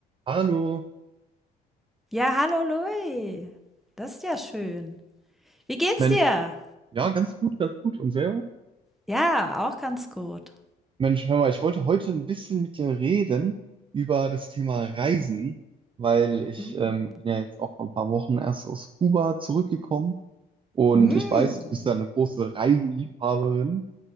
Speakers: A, on the right; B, in the centre.
A: Hallo,
B: Ja, hallo Louis. Das ist ja schön. Wie geht's
A: Mensch,
B: dir?
A: ja, ganz gut, ganz gut. Und selber?
B: Ja, auch ganz gut.
A: Mensch, hör mal, ich wollte heute ein bisschen mit dir reden über das Thema Reisen, weil ich
B: Mhm.
A: ähm, bin ja jetzt auch vor ein paar Wochen erst aus Kuba zurückgekommen und
B: Mm.
A: ich weiß, du bist ja eine große Reiseliebhaberin.